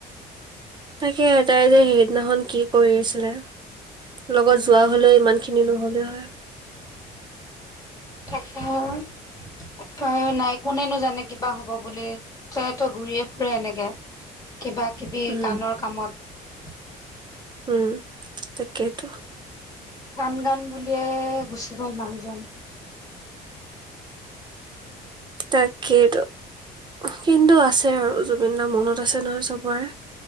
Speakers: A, on the right; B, on the left.
A: তাকে তাই যে সেইদিনাখন কি কৰি আছিলে? লগত
B: উম
A: যোৱা হ'লেও ইমান খিনি নহ'লে হয়।
B: তাকেই। তায় নাই কোনেনো জানে কিবা হ'ব বুলি তাই ত ঘূৰিয়ে ফুৰে এনেকে। কিবা কিবি
A: উম,
B: গানৰ কামত।
A: উম তাকেইটো।
B: গান গান বুলিয়ে গুচি গল মানুহজন।
A: তাকেইতো। কিন্তু আছে আৰু জুবিন দা মনত আছে নহ চবৰে।